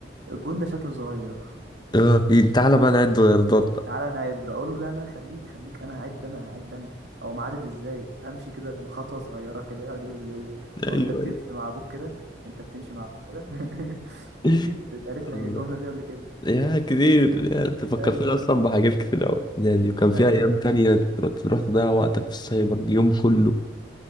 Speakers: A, on the right; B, on the left.
A: الجون ده شكله صغير
B: اه إيه، تعالى بقى نعد غيردات بقى
A: تعالى نعد اقول له لا لا خليك خليك انا هعد انا هعد انا او معدد ازاي امشي كده بخطوه صغيره كده يقعد يقول لي ايه هو
B: ايوه
A: انت بتمشي
B: ايوه
A: مع ابوك كده انت بتمشي مع ابوك كده <laughs>
B: <laughs>
A: اكيد اتقالت لك
B: الله.
A: الجمله دي قبل كده
B: يا كتير يعني
A: <laughs>
B: انت فكرتني
A: ايوه
B: اصلا بحاجات كتير قوي يعني وكان في
A: ايوه
B: ايام
A: ايوه
B: تانية تر- تروح تضيع وقتك في السايبر اليوم كله